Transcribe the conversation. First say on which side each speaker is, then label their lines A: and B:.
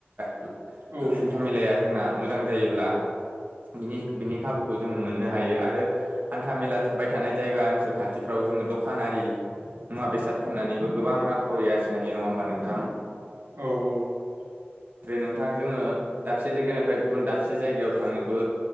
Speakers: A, on the right (about 45°); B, on the right (about 75°).
A: <inaudible>
B: औ नोंथां
A: हान्था मेलाया जोंना मोजां जायोब्लानि बिनि खाबुखौ जोङो मोननो हायो हान्था मेला थाबाय थानाय जायगा ओनसोल खाथिफ्राव जोङो दखानारि मुवा बेसाद फाननानै बो गोबां रांखावरि आरजिनो हायो नङा होमबा नोंथां
B: औ औ
A: ओमफ्राय नोंथां जोङो दाबसे जायगानिफ्राय गुबुन दाबसे जायगायाव थांनोबो